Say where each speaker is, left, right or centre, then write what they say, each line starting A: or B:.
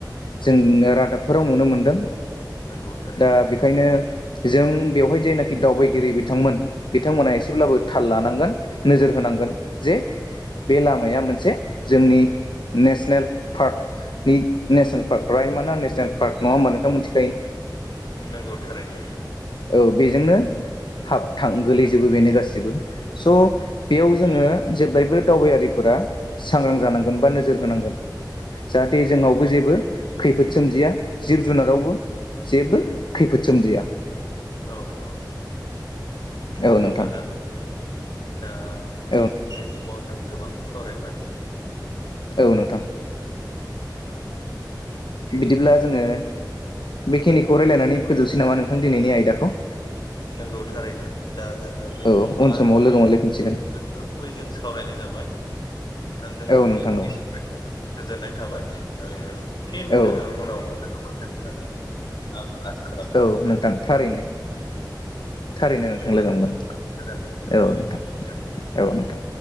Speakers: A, on the left (about 85°); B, on the left (about 65°).
A: जों रादाबफोराव नुनो मोनदों
B: नंगौ थारैनो
A: दा बेखायनो जों बेवहाय जायनाखि दावबायगिरि बिथांमोन बिथांमोनहा एसेब्लाबो थाल लानांगोन नोजोर होनां गोन जे बे लामाया मोनसे जोंनि नेसनेल पार्क नेसनेल पार्क राइमना नेसनेल पार्क नङा होमबा नोंथां मोनथि
B: नंगौ थारैनो।
A: औ बेजोंनो हाब थां गोलैजोबो बेनो गासैबो। स' बेयाव जोङो जेब्लायबो दावबायारि फोरा सांग्रां जानांगोन बा नोजोर होनांगोन जाहाथे जोंनावबो
B: नंगौ
A: जेबो खैफोद सोमजिया जिब जुनारावबो जेबो खैफोद सोमजिया।
B: औ औ
A: औ
B: जोबोद
A: नोंथां
B: मोजां। दा
A: औ
B: बे समाव जों गोबां सावरायबाय।
A: औ नोंथां।
B: <unintelligible> गैया
A: बिदिब्ला जोङो बेखिनिखौ रायलायनानै फोजोबसै नामा नोंथां दिनैनि आयदाखौ?
B: नंगौ थारैनो दा जोङो बे
A: औ
B: समाव
A: उन
B: आरो
A: लोगो
B: फिन
A: मोनलायफिनसिगोन
B: गोथौयै जों सावरायनाय जाबाय। नोंथांजों
A: औ नोंथां
B: बेखिनि
A: औ
B: सावरायनानै गोजोननाय थाबाय आरो फिन
A: औ
B: जोङो उनाव लागो मोनगोन होननानै आं आसा खालामबाय
A: औ नोंथां थारैनो। थारैनो नोंथां
B: दे
A: लोगो मोनगोन,
B: गोजोन
A: औ नोंथां नोंथां। औ नोंथां।